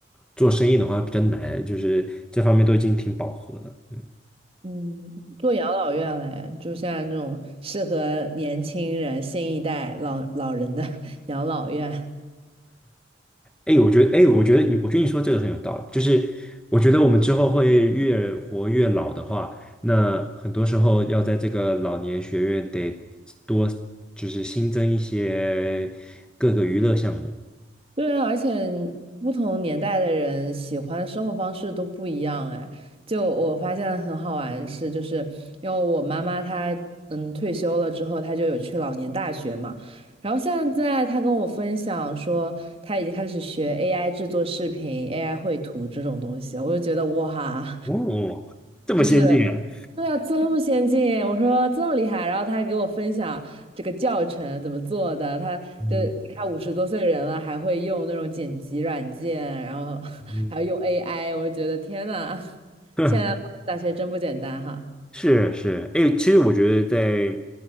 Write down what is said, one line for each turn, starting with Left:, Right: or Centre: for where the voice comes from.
Centre: 做生意的话比较难，就是这方面都已经挺饱和了，嗯
Right: 嗯，做养老院嘞，就像那种适合年轻人、新一代老老人的 <laughs> 养老院。
Centre: 哎，我觉得，哎，我觉得你，我觉得你说这个很有道理。就是我觉得我们之后会越活越老的话，那很多时候要在这个老年学院得多，就是新增一些各个娱乐项目。
Right: 对啊，而且不同年代的人喜欢的生活方式都不一样哎。就我发现很好玩的事，就是因为我妈妈她嗯退休了之后，她就有去老年大学嘛。然后现在她跟我分享说，她已经开始学 AI 制作视频、AI 绘图这种东西，我就觉得哇。
Centre: 哦，这么先进啊！
Right: 就是对啊，这么先进，我说这么厉害，然后他还给我分享这个教程怎么做的，他就你看五十多岁人了，
Centre: 嗯
Right: 还会用那种剪辑软件，然后 <laughs>
Centre: 嗯，
Right: 还要用 AI，我就觉得天呐，
Centre: <laughs>
Right: 现在大学真不简单哈。
Centre: 是是，哎，其实我觉得在，